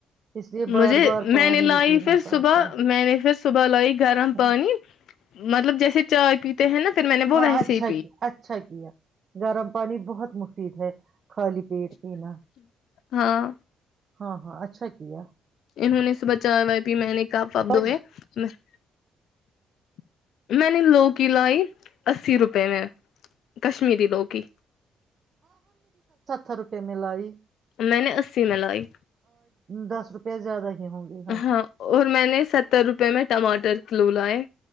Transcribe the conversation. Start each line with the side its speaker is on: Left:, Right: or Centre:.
Right: اس لیے بار
Left: مجھے
Right: بار پانی
Left: میں نے لائی
Right: بھی پینا
Left: پھر
Right: پڑتا
Left: صبح میں نے پھر صبح لائی گرم
Right: ہے
Left: پانی مطلب جیسے چائے پی <unintelligible> میں نے وہ
Right: ہاں
Left: ویسے
Right: اچھا
Left: ہی
Right: کیا اچھا کیا گرم پانی بہت مشل ہے <unintelligible> پیٹ پینا
Left: ہاں
Right: ہاں ہاں اچھا کیا
Left: انہوں نے سے بحچا ب پ میں نے کاپ واپ دھوئے
Right: آج
Left: <unintelligible> میں نے لوکی لائی اسی روپے میں کشمیری لوکی
Right: ہر روپئے میںلائی <unintelligible>
Left: میں نے اسی میں لائی
Right: دس روپیہ زیاد ہی ہوں گے
Left: ہاں اور میں نے ستر روپئے میں ٹماٹر کلو لائے